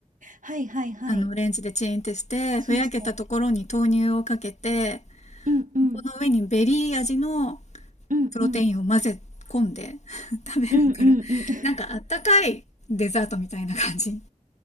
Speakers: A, on the right (about 75°); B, on the left (about 55°).
A: はいはいはい。
B: あの、レンジでチンってして、
A: チンして。
B: ふやけたところに豆乳をかけて、
A: うんうん。
B: この上にベリー味の
A: うんうん。
B: プロテインを混ぜ込んで <laughs> 食べるから、
A: うんうんうん。<laughs>
B: なんかあったかいデザートみたいな感じ。